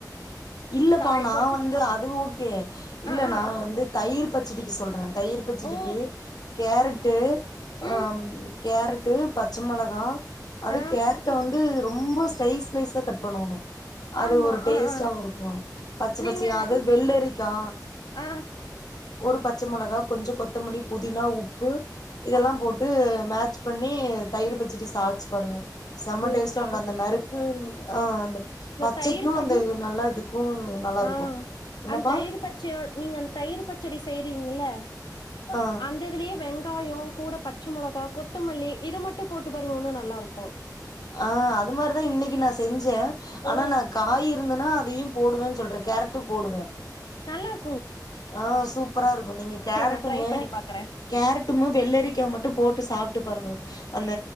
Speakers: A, on the left (about 60°); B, on the left (about 85°).
A: இல்லப்பா
B: காய்
A: நா
B: போட்ட
A: வந்து அது ஓகே இல்ல
B: ஆ ஆ
A: நா வந்து தயிர் பச்சடிக்கு சொல்ற தயிர் பச்சடிக்கி‌
B: ஓ
A: கேரட் டு
B: ம்
A: அம் கேரட்டு பச்ச மொளகா அது
B: ஆ
A: கேரட்ட வந்து ரொம்ப ஸ்லைஸ் ஸ்லைஸா கட் பண்ணணு அது
B: ஆமா
A: ஒரு டேஸ்டாவு
B: ஆ ஆ
A: இருக்கு பச்ச
B: நீங்க
A: பச்சயா அது வெள்ளரிக் கா
B: ஆ
A: ஒரு ப ச்ச மொளகா கொஞ்ச கொத்தமல்லி புதினா உப்பு இதெல்லாம் போட்டு மேட்ச் பண்ணி தயிரு ப ச்சடி சால்ட்ஸ் பாடுங்க செம்ம
B: ஓ
A: டேஸ்டாருக்கு அந்த நறுக்குனு ஆ அந்த ச்சைக்கு
B: தயிர் ப
A: அந்த நல்லா இதுக்கு நல்லா
B: ஆ
A: இருக்கு என்னப்பா
B: அந்தயிர் பச்சயோ நீங்க அந்த தயிர் பச்சடி செய்ரீங்கல்ல
A: ஆ
B: அந்ததுலே வெங் காயொ கூட பச்ச மொளகா கொத்தமல்லி இத மட்டு போட்டு பாருங்க உன்னு நல்லா இருக்கு
A: ஆ அது மார்தா இன்னக்கி நா செஞ்சே
B: ஓ
A: ஆனா நா காய் இருந்தனா அதையு போடுவெ சொல்றெ கேரட்டு போடுவே
B: நல்லாரு
A: ஆ சூப்பரா இருக்கு நீங்க கேரட்டுமே
B: செரி நா ட்ரை பண்ணி பாக்குறே
A: கேரட்டும வெள்ளரிக்கா மட்டு போட்டு சாப் ட்டு பாருங்க அந்த